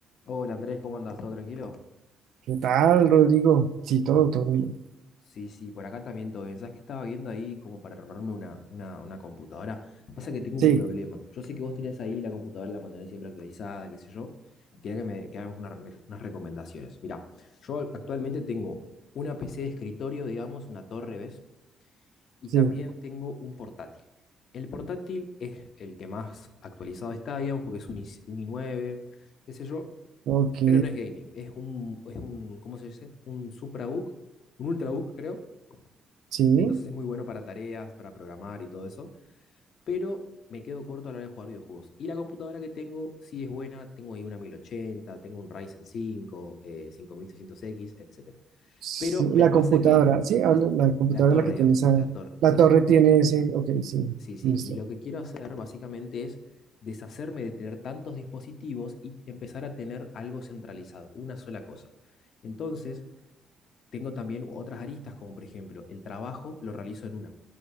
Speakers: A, on the left; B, on the right.
A: Hola Andrés, ¿cómo andas? ¿Todo tranquilo?
B: ¿Qué tal, Rodrigo? Sí, todo, todo bien.
A: Sí, sí, por acá también todo bien. ¿Sabes que estaba viendo ahí como para armarme una, una, una computadora? Pasa que tengo
B: Sí,
A: un problema. Yo sé que vos tenés ahí la computadora, la mantenés siempre actualizada, qué sé yo. Quería que me que hagamos una unas recomendaciones. Mirá, yo actualmente tengo una PC de escritorio, digamos, una torre, ¿ves? Y
B: sí.
A: también tengo un portátil. El portátil es el que más actualizado está, digamos, porque es un i- un i9, qué sé yo.
B: Ok,
A: pero no es gaming, es un, es un, ¿cómo se dice? Un suprabook, un ultrabook, creo.
B: sí.
A: Entonces es muy bueno para tareas, para programar y todo eso, pero me quedo corto a la hora de jugar videojuegos. Y la computadora que tengo sí es buena, tengo ahí una 1080, tengo un Ryzen cinco eh, cinco mil seiscientos x etcétera.
B: Sí,
A: Pero me
B: la
A: pasa
B: computadora,
A: que,
B: sí,
A: sí,
B: habla-
A: sí, sí,
B: la computadora
A: la torre,
B: es la que
A: digamos,
B: tiene esa,
A: la torre, sí,
B: la torre
A: sí,
B: tiene ese, ok, sí,
A: sí, sí.
B: listo.
A: Y lo que quiero hacer básicamente es deshacerme de tener tantos dispositivos y empezar a tener algo centralizado, una sola cosa. Entonces, Tengo también otras aristas, como por ejemplo, el trabajo lo realizo en una.